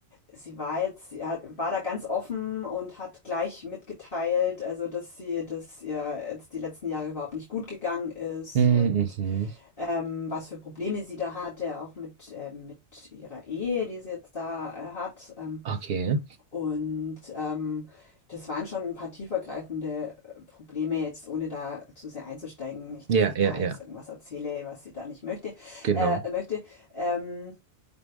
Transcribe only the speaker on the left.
sie war jetzt, sie hat- war da ganz offen und hat gleich mitgeteilt, also dass sie, dass ihr jetzt die letzten Jahre überhaupt nicht gut gegangen ist
und
ähm, was für Probleme sie da hatte, auch mit, ähm, mit ihrer Ehe, die sie jetzt da äh, hat. Ähm,
und ähm, das waren schon ein paar tiefergreifende äh, Probleme, jetzt ohne da zu sehr einzusteigen, nicht,
dass ich
da
jetzt irgendwas erzähle, was sie da nicht möchte,
äh, möchte. Ähm,